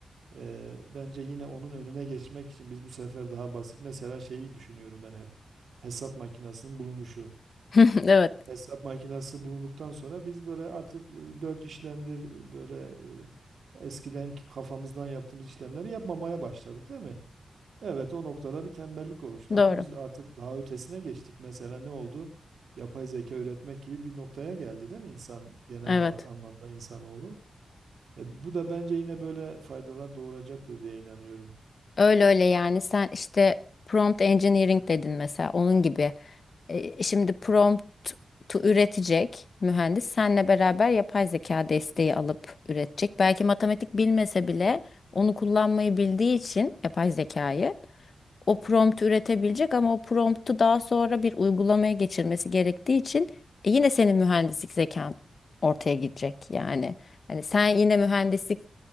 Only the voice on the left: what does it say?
<laughs> Evet,
doğru.
Evet.
Öyle öyle yani sen işte prompt engineering dedin mesela onun gibi. E, şimdi prompt üretecek mühendis senle beraber yapay zeka desteği alıp üretecek. Belki matematik bilmese bile onu kullanmayı bildiği için yapay zekayı o prompt üretebilecek ama o promptu daha sonra bir uygulamaya geçirmesi gerektiği için e, yine senin mühendislik zekan ortaya gidecek yani. Hani sen yine mühendislik